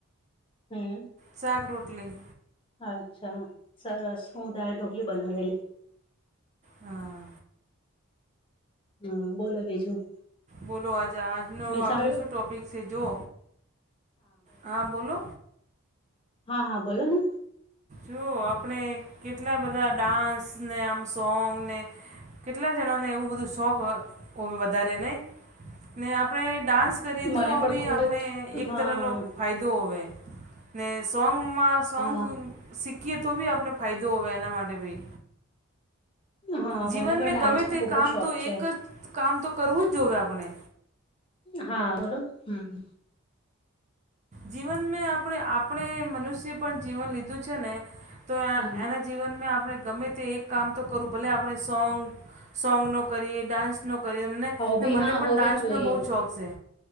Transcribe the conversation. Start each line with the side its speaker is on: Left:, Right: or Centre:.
Left: હમ્મ.
Right: શાક રોટલી.
Left: અચ્છા સરસ, હું દાલ ઢોકલી બનાવેલી.
Right: હા
Left: હમ્મ બોલો બીજું.
Right: બોલો આજ આજનો
Left: મેં
Right: આપને
Left: સાંભ
Right: શું ટોપિક છે જો? હા બોલો.
Left: હા હા બોલો ને.
Right: જો આપણે કેટલા બધા ડાન્સ ને આમ સોંગ ને કેટલા જણાને એવું બધું શોખ હોવે વધારે ને ને આપણે ડાન્સ કરીએ
Left: મને
Right: તો
Left: પણ
Right: ભી
Left: ખુબ
Right: આપણે
Left: જ
Right: એક
Left: હા
Right: તરહ નો ફાયદો હોવે ને સોંગમાં સોંગ
Left: હા
Right: શીખીએ તો બી આપણે ફાયદો હોવે એના માટે બી
Left: હા
Right: જીવન
Left: મને પણ
Right: મે
Left: ડાન્સ
Right: ગમે
Left: નો
Right: તે
Left: ખુબ
Right: કામ
Left: જ શોખ
Right: તો
Left: છે
Right: એક જ કામ તો કરવું જ જોવેએ આપણે
Left: હા બોલો હમ્મ
Right: જીવન મેં આપણે આપણે મનુષ્ય પણ જીવન લીધું છે ને તો
Left: હમ
Right: એના જીવનમાં આપણે ગમે તે એક કામ તો કરું ભલે આપણે સોંગ સોંગનો કરીએ, ડાન્સનો કરીએ એમને
Left: હોબી
Right: ને મને
Left: હા
Right: પણ
Left: હોવી
Right: ડાન્સનો
Left: જ જોઈએ
Right: બહુ શોખ છે.